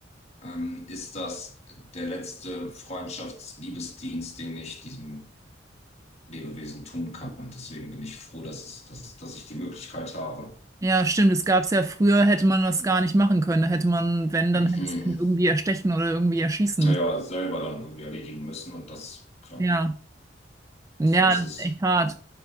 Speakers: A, on the left; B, on the right.
A: ähm, ist das der letzte Freundschaftsliebesdienst, den ich diesem Lebewesen tun kann. Deswegen bin ich froh, dass es, dass, dass ich die Möglichkeit habe.
B: ja, stimmt. Das gab es ja früher, hätte man das gar nicht machen können. Da hätte man, wenn,
A: <clears throat>
B: dann hättest du ihn irgendwie erstechen oder irgendwie erschießen
A: naja,
B: müssen.
A: selber dann irgendwie erledigen müssen und das, klar,
B: Ja, ja,
A: so ist
B: das ist
A: es.
B: echt hart.